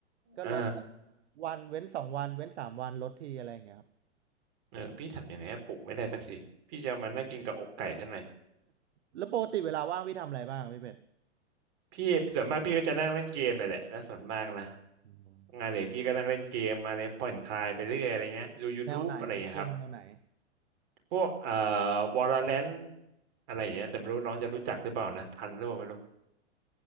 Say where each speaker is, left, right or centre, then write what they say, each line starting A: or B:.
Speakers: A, on the right; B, on the right.
A: ก็รด
B: อ่า
A: วันเว้นสองวันเว้นสามวันรดทีอะไรอย่างเงี้ยครับ
B: เออพี่ทำยังไงให้ปลุกไม่ได้สักทีพี่จะเอามันนั่งกินกับอกไก่เท่าไหร่
A: แล้วปกติเวลาว่างพี่ทำอะไรบ้างพี่เป็ด
B: พี่ส่วนมากพี่ก็จะนั่งเล่นเกมนั่นแหละแล้วส่วนมากนะ
A: อืม
B: งานเด็กพี่ก็นั่งเล่นเกมอะไรผ่อนคลายไปเรื่อยอะไรเงี้ยดู YouTube
A: แนวไหนครับเกมแนวไหน
B: อะไรเงี้ยครับพวกเอ่อ Valorant อะไรอย่างเงี้ยแต่ไม่รู้น้องจะรู้จักหรือเปล่านะทันหรือเปล่าไม่รู้